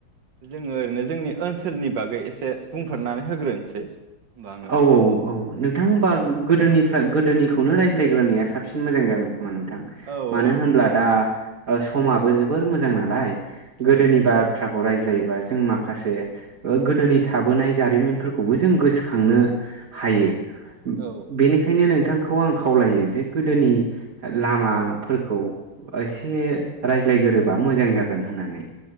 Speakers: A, on the right (about 75°); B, on the right (about 50°).
A: जोङो ओरैनो जोंनि ओनसोलनि बागै एसे बुंफोरनानै होग्रोनोसै होमबा आङो
B: औ औ औ नोंथां होमबा गोदोनिफ्राय गोदोनिखौनो रायज्लायग्रोनाया साबसिन मोजां जागोन नोंथां
A: औ
B: मानो
A: औ औ
B: होनब्ला
A: नोंथां
B: दा समाबो जोबोर मोजां नालाय गोदोनि
A: ओं
B: बाथ्राखौ रायज्ला रायज्लायोबा जों माखासे गोदोनि थाबोनाय जारिमिनफोरखौबो जों गोसो खांनो हायो
A: औ
B: बेनिखायनो नोंथांखौ खौ आं खावलायो जे गोदोनि लामाफोरखौ एसे रायज्लायगोरोबा मोजां जागोन होननानै